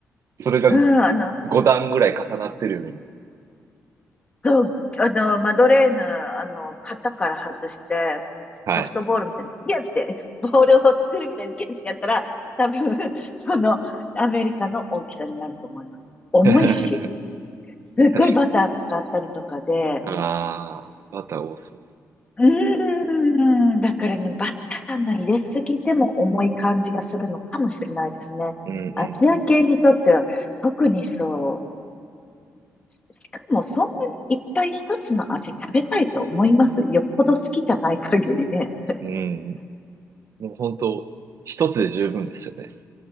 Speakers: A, on the right; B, on the left.
A: それが
B: うん、あの、
A: 5段ぐらい重なってるよね。
B: そう、あの、マドレーヌ、あの、型から外して、
A: はい。
B: ソフトボールみたいに、ギュって、ボールを作るみたいにギュってやったら、多分、その、アメリカの大きさになると思います。重いし、
A: <laughs> 確
B: すっごいバター使ったりとかで、
A: かに。ああ、バター多そう。
B: うーん、だからね、バターの入れすぎても重い感じがするのかもしれないですね。
A: うんうん
B: アジア系にとっては特にそう。しかもそんなにいっぱい一つの味食べたいと思います。よっぽど好きじゃない限りね。
A: うん。うん。もう本当、一つで十分ですよね。